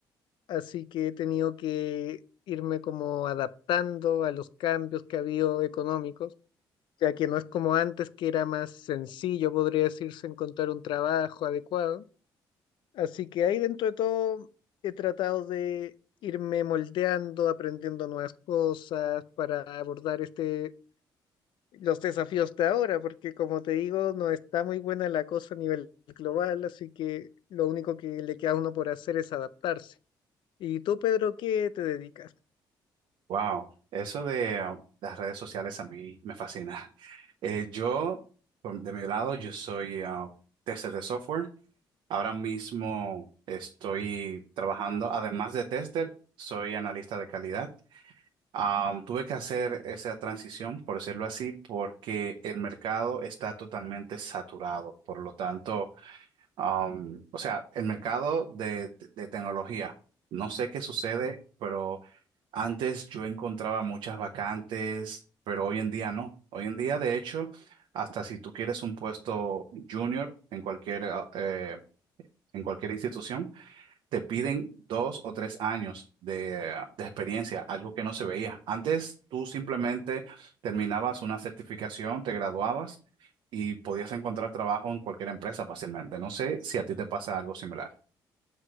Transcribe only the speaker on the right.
Wow, eso de uh, las redes sociales a mí me fascina. <laughs> Eh, yo, por- de mi lado, yo soy uh, tester de software. Ahora mismo estoy trabajando, además de tester, soy analista de calidad. Am, tuve que hacer esa transición, por decirlo así, porque el mercado está totalmente saturado. Por lo tanto, Um, o sea, el mercado de, de tecnología. No sé qué sucede, pero antes yo encontraba muchas vacantes, pero hoy en día no. Hoy en día, de hecho, hasta si tú quieres un puesto junior en cualquier, ah, eh, en cualquier institución, te piden dos o tres años de, de experiencia, algo que no se veía. Antes tú simplemente terminabas una certificación, te graduabas y podías encontrar trabajo en cualquier empresa fácilmente. No sé si a ti te pasa algo similar.